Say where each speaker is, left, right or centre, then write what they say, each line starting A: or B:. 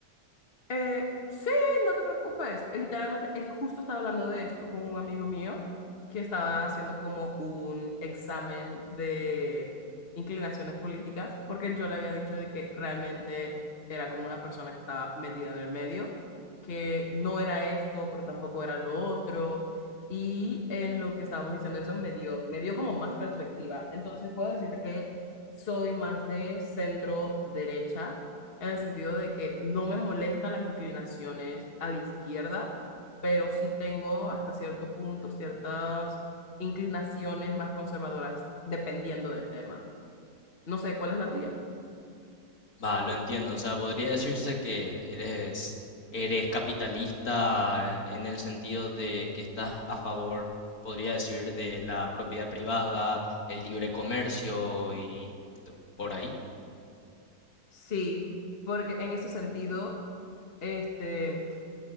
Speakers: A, on the left (about 35°); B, on the left (about 60°).
A: Eh, sí, no te preocupes. Literalmente, eh, justo estaba hablando de esto con un amigo mío que estaba haciendo como un examen de inclinaciones políticas, porque yo le había dicho de que realmente era como una persona que estaba metida en el medio, que no era esto, pero tampoco era lo otro. Y en lo que estábamos diciendo eso me dio, me dio como más perspectiva. Entonces puedo decirte que soy más de centro derecha en el sentido de que no me molesta las inclinaciones a la izquierda, pero sí tengo hasta cierto punto ciertas inclinaciones más conservadoras dependiendo del tema. No sé, ¿cuál es la tuya?
B: Va, lo entiendo. O sea, podría decirse que eres, eres capitalista en el sentido de que estás a favor, podría decir, de la propiedad privada, el libre comercio y t- por ahí.
A: Sí, porque en ese sentido, este,